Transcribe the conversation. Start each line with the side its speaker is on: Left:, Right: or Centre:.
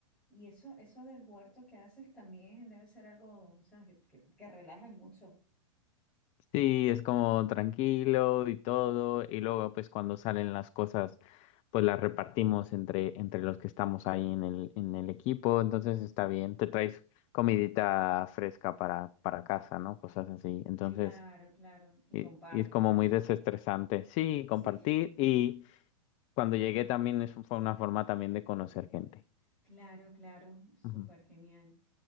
Centre: Y eso, eso del huerto que haces también debe ser algo, o sea, que, que, que relaje mucho.
Left: Sí, es como tranquilo y todo, y luego pues cuando salen las cosas, pues las repartimos entre, entre los que estamos ahí en el, en el equipo, entonces está bien, te traes comidita fresca para, para casa, ¿no? Cosas así, entonces
Centre: Claro, claro. Y
Left: y,
Centre: compartes.
Left: y es como muy desestresante, sí,
Centre: <laughs>
Left: compartir,
Centre: Sí.
Left: y cuando llegué también es, fue una forma también de conocer gente.
Centre: Claro, claro, súper
Left: Ujú,
Centre: genial.